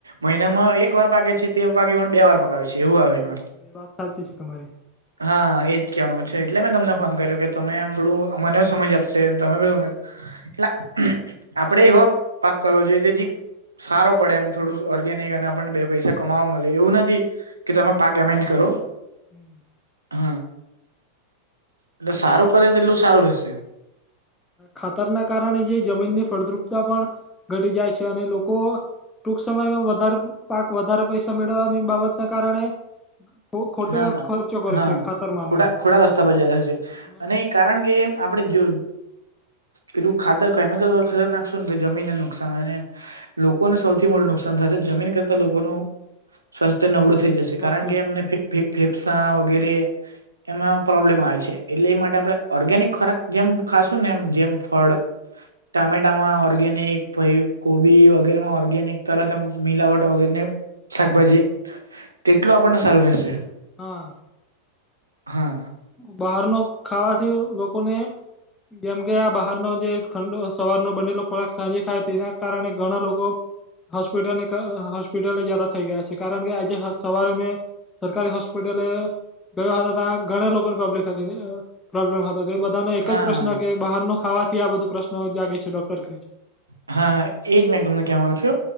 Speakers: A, on the right; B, on the left.
A: મહિનામાં એક વાર પાકે છે તે પાક બે વાર પકાવે છે. જેવું આવે
B: હા
A: એમાં
B: એ વાત સાચી છે તમારી
A: હા એજ કહેવા ગુ છે એટલે મેં તમને ફોન કર્યો કે તમે હમણું મને સમજ આપશે તમે બી સમજ એટલે આપડે એવાો પાક કરવો જોઈએ કે જે સારો પડે એમ થોડું ઓર્ગેનિક અને આપણને બે પૈસા કમાવા મળે એવું નથી. કે તમે પાક અમેન્જ કરો
B: હમ.
A: હા એટલે સારું કરે તો એટલું સારું રહેશે.
B: ખાતરના કારણે જે જમીનની ફળદ્રુપતા પણ ઘટી જાય છે અને લોકો. ટૂંક સમયમાં વધારે પાક વધારે પૈસા મેળવવાની બાબતના કારણે ખો ખોટે
A: હા
B: ખર્ચો કરે
A: હા
B: છે ખાતરમાંને
A: ખોડા
B: એમ
A: ખોડા રસ્તા પરજયેલા છે,
B: હા
A: અને કારણ કે આપણે જો પેલું ખાતર કેમિકલ વાર ખતર નાખશો ને તો જમીનને નુકસાન અને લોકોને સૌથી મોટું નુકસાન થાય છે જમીન કરતા લોકોનું સ્વાસ્થ્ય નબળું થઈ જશે કારણ
B: બસ
A: કે અમને ફેફસા વગેરે એમાં પ્રોબ્લેમ આવે છે એટલે એ માટે આપડણે ઓર્ગેનિક ખોરાક જેમ ખાશું ને એમ જેમ ફળ ટામેટામાં ઓર્ગેનિક ભ કોબી વગેરેમાં ઓર્ગેનિક તરત મિલાવટ વગરે શાકભાજી તેટલું આપણને સારું રહેશે.
B: હા
A: હા
B: બહાર ન ખાવાથી લોકોને જેમ કે આ બહારનો જે ઠંડ સવાર ન બનેલો ખોરાક સાંજે ખાય તેના કારણે ઘણા લોકો હોસ્પિટલને હોસ્પિટલ જદા થઈ ગયા છે કારણ કે આજે સવારે મેં સરકારી હસ્પિટલ વવાર ઘણા લોકોની પબ્લિક હતી પ્રોબ્લેમ હતો તે બધાને એક
A: હા
B: જ પ્રશ્ન કે બહાર નો ખાવાથી આ બધો પ્રશ્ન જાગે છે ડોક્ટર કહે છે.
A: હા હા એજ મેં તમને કહેવાનું છું